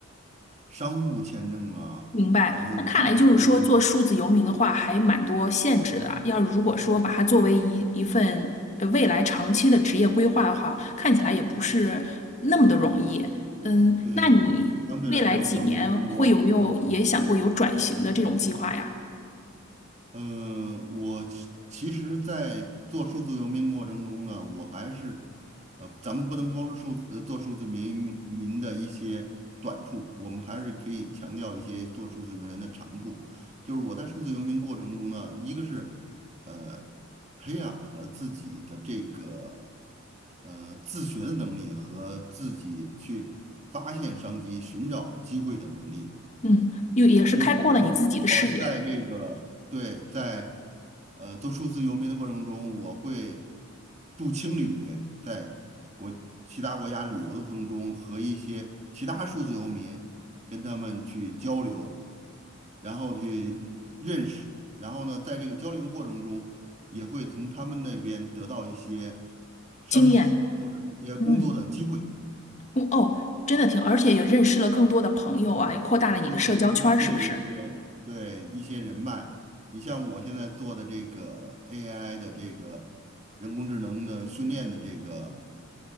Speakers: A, on the right; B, on the left.
A: 商务签证啊，
B: 明白，
A: 等于等于这些，
B: 那看来就是说，做数字游民的话还蛮多限制的啊。要是如果说把它作为一一份呃未来长期的职业规划的话，看起来也不是那么的容易。嗯，
A: 对，
B: 那你未来几年会有没有也想过有转型的这种计划呀？
A: 相对来说表面风光，嗯。呃，我其其实，在做数字游民过程中呢，我还是，呃，咱们不能光说数字，呃做数字民民的一些短处，我们还是可以强调一些做数字游民的长处。就是我在数字游民过程中呢，一个是，呃，培养了自己的这个，呃，自学的能力和自己去发现商机、寻找机会的能力。
B: 嗯，又也是开阔了你自己的视野、
A: 你比如说，我在这个对，在呃做数字游民的过程中，我会住青旅，在国其他国家旅游的过程中，和一些其他数字游民跟他们去交流，然后去认识，然后呢，在这个交流过程中，也会从他们那边得到一些商机或者一些工作的机会。
B: 经验。嗯，嗯哦，真的挺，而且也认识了更多的朋友啊，也扩大了你的社交圈儿，
A: 对对对，可以积累一些对一些人脉。
B: 是不是？
A: 你像我现在做的这个 AI 的这个人工智能的训练的这个